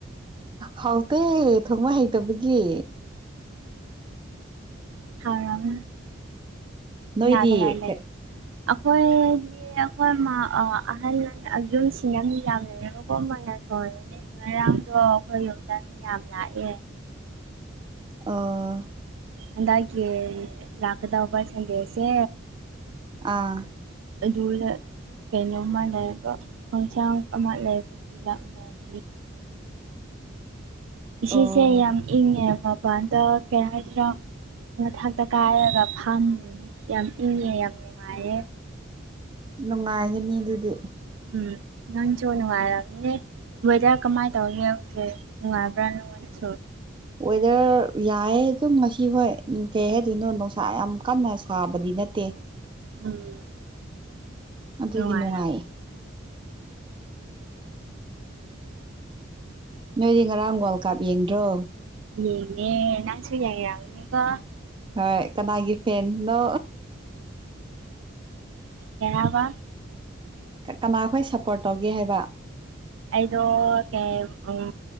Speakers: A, on the right; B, on the right.
A: ꯍꯥꯎꯇꯦ ꯊꯣꯡꯕ ꯍꯩꯇꯕꯒꯤ
B: ꯍꯥꯎꯔꯝ
A: ꯅꯣꯏꯗꯤ
B: ꯅꯥꯒꯂꯦꯟꯦ
A: ꯀꯩ
B: ꯑꯩꯈꯣꯏ ꯑꯩꯈꯣꯏ ꯑꯍꯜ ꯌꯨꯝꯁꯤꯅ ꯃꯤ ꯌꯥꯝꯅ ꯌꯔꯨꯕꯣ ꯑꯣꯏꯅ ꯊꯣꯡꯅꯦ ꯉꯔꯥꯡꯗꯣ ꯑꯩꯈꯣꯏ ꯌꯨꯝꯗꯪ ꯃꯤ ꯌꯥꯝ ꯂꯥꯛꯑꯦ
A: ꯑꯥ
B: ꯍꯟꯗꯛꯀꯤ ꯂꯥꯛꯀꯗꯧꯕ ꯁꯟꯗꯦꯁꯦ
A: ꯑꯥ
B: ꯑꯗꯨꯗ ꯀꯩꯅꯣꯝꯃ ꯂꯩꯕ ꯍꯣꯡꯆꯥꯡ ꯑꯃ ꯂꯩꯕꯒꯤ ꯂꯥꯛꯅ <inaudible>
A: ꯑꯣ
B: ꯏꯁꯦ ꯌꯥꯝ ꯏꯪꯉꯦ ꯃꯄꯥꯟꯗ ꯀꯩꯅ ꯍꯥꯏꯁꯤꯔꯣ ꯃꯊꯛꯇ ꯀꯥꯏꯔꯒ ꯐꯝꯃꯤ ꯌꯥꯝ ꯏꯪꯉꯦ ꯌꯥꯝ ꯅꯨꯡꯉꯥꯏꯌꯦꯦ
A: ꯅꯨꯡꯉꯥꯏꯒꯅꯤ ꯑꯗꯨꯗꯤ
B: ꯎꯝ ꯅ ꯆꯅꯅꯨꯡꯉꯔ ꯕꯣꯏꯗ ꯀꯃꯥꯏꯅ ꯇꯧ ꯌꯦꯡꯗꯦ ꯅꯨꯡꯉꯥꯏꯕ꯭ꯔꯥꯅꯅꯨꯡꯉꯣꯟꯔꯁꯨ
A: ꯋꯦꯗꯔ ꯌꯥꯏꯌꯦ ꯑꯗꯨꯝ ꯉꯁꯤ ꯍꯣꯏ ꯀꯩ ꯍꯥꯏꯗꯣꯏꯅꯣ ꯅꯨꯡꯁꯥ ꯌꯥꯝ ꯀꯟꯅ ꯊꯥꯕꯗꯤ ꯅꯠꯇꯦ
B: ꯎꯝ
A: ꯑꯗꯨꯗꯤ
B: ꯅꯨꯡꯉꯥꯏꯔꯝ
A: ꯅꯨꯡꯉꯥꯏꯌꯦ ꯅꯣꯏꯗꯤ ꯉꯔꯥꯡ ꯋꯥꯔꯜ ꯀꯞ ꯌꯦꯡꯗ꯭ꯔꯣ
B: ꯌꯦꯅꯦ ꯅꯅꯥꯪꯁꯨꯨ ꯌꯥꯏ ꯍꯦꯔꯎꯅꯤ ꯀ
A: ꯍꯣꯏ ꯀꯅꯥꯒꯤ ꯐꯦꯟꯁꯅꯣ
B: ꯌꯥꯕ
A: ꯀꯅꯥ ꯑꯩꯈꯣꯏ ꯁꯞꯄꯣꯔꯠ ꯇꯧꯒꯦ ꯍꯥꯏꯕ
B: ꯑꯩꯗꯣ ꯀ ꯎ